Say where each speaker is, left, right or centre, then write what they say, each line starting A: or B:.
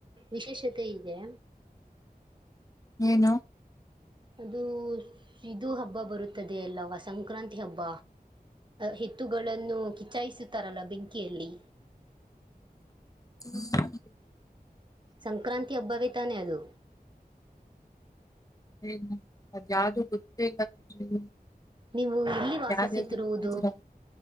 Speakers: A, on the right (about 30°); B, on the left (about 20°).
A: ವಿಶೇಷತೆ ಇದೆ.
B: ಏನು.
A: ಅದು ಇದು ಹಬ್ಬ ಬರುತ್ತದೆ ಅಲ್ಲವಾ ಸಂಕ್ರಾಂತಿ ಹಬ್ಬ. ಹೆತ್ತುಗಳನ್ನು ಕಿಚಾಯಿಸುತ್ತಾರಲ್ಲ ಬೆಂಕಿಯಲ್ಲಿ.
B: ಹ್ಮ್
A: ಸಂಕ್ರಾಂತಿ ಹಬ್ಬಾವೆ ತಾನೆ ಅದು.
B: ಏನು ಅದು ಯಾವ್ದು ಗೊತ್ತೇ ಇಲ್ಲ <unintelligible>
A: ನೀವು ಇಲ್ಲಿ ವಾಸಿಸುತ್ತಿರುವುದು
B: ಯಾವ್ದ್ಯಾವ್ದು ಹೇಳ್ತಿದೀರಾ